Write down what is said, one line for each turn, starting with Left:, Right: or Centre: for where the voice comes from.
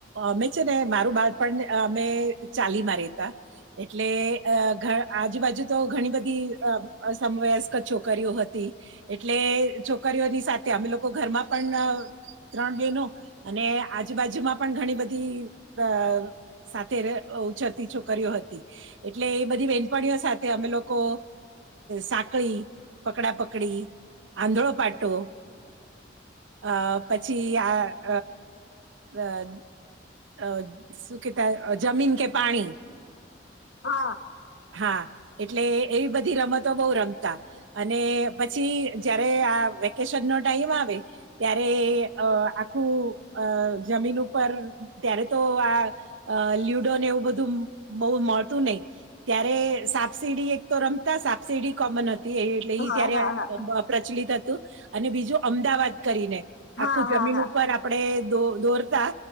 Right: અમે છે ને મારું બાર પણ અમે ચાલી માં રેતા એટલે અ આજુબાજુ તો ઘણી બધી અસમવયસ્ક છોકરીઓ હતી એટલે છોકરીઓની સાથે અમે લોકો ઘરમાં પણ ત્રણ બહેનો અને આજુબાજુમાં પણ ઘણી બધી સાથે ઉછરતી છોકરીઓ હતી એટલે એ બધી બેનપણીઓ સાથે અમે લોકો સાંકળી પકડા પકડી આંધળો પાટો અ પછી આ અ અ અ શું કતા જમીન કે પાણી
Left: હા
Right: હા એટલે એવી બધી રમતો બહુ રમતા અને પછી જયારે આ વેકેશન નો ટાઈમ આવે ત્યારે આખું જમીન ઉપર ત્યારે તો આ લ્યુડોને એવું બધું બહ મળતું નહીિ ત્યારે સાપસીિડી એક તો રમતા સાપસીિડી કોમન હત એટલે
Left: હા
Right: ઈ ત્યારે
Left: હા હા
Right: પ્રચલિત હતી અને બીજું અમદાવાદ કરીને
Left: હા
Right: આખું જમીન
Left: હા હા હા
Right: ઉપર આપડે દો દોરતા